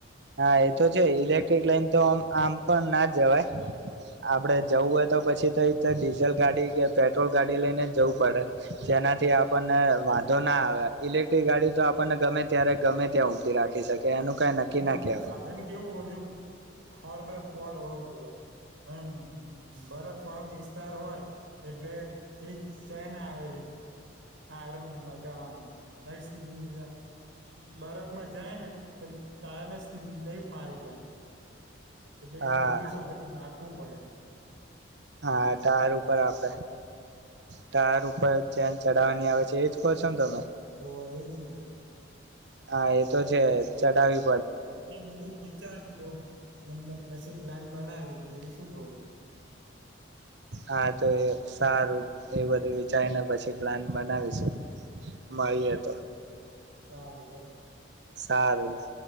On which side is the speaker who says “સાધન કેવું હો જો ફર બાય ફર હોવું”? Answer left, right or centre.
Right